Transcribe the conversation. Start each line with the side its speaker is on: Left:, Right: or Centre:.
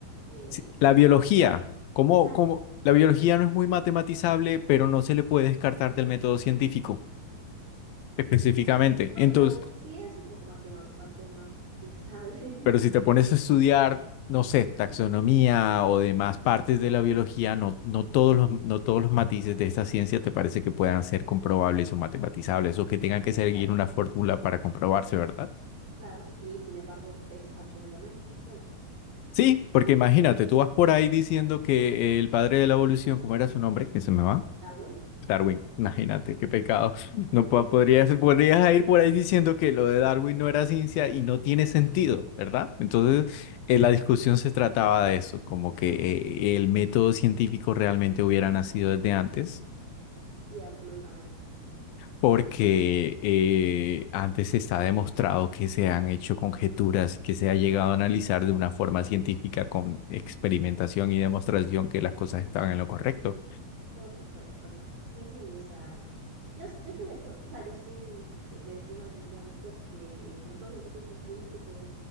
Right: eh,
Left: Si- La biología, ¿cómo,
Right: exacto.
Left: cómo? La biología no es muy matematizable, pero no se le puede descartar del método científico específicamente.
Right: Bueno,
Left: Entonces,
Right: sí es un poco matema- matematizable.
Left: Pero si
Right: <laughs>
Left: te pones a estudiar, no sé, taxonomía o demás partes de la biología, no, no todos los, no todos los matices de esta ciencia te parece que puedan ser comprobables o matematizables o que tengan que
Right: Sí,
Left: seguir
Right: claro,
Left: una fórmula para comprobarse, ¿verdad?
Right: claro. Y sin embargo, es absolutamente una ciencia.
Left: Sí, porque imagínate, tú vas por ahí diciendo que el padre de la evolución, ¿cómo era su nombre? Que se me va.
Right: Darwin.
Left: Darwin, <laughs> imagínate, qué pecado. No
Right: <laughs>
Left: po- podrías, podrías ir por ahí diciendo que lo de Darwin no era ciencia y no tiene sentido, ¿verdad? Entonces, eh, la discusión se trataba de eso, como que eh, el método científico realmente hubiera nacido desde antes
Right: Y absolutamente.
Left: porque eh, antes está demostrado que se han hecho conjeturas, que se ha llegado a analizar de una forma científica con experimentación y demostración que las cosas estaban en lo correcto.
Right: Por supuesto, sí, o sea, yo, yo estoy de acuerdo, o sea, yo sí de- defino definitivamente que el método científico tiene que ser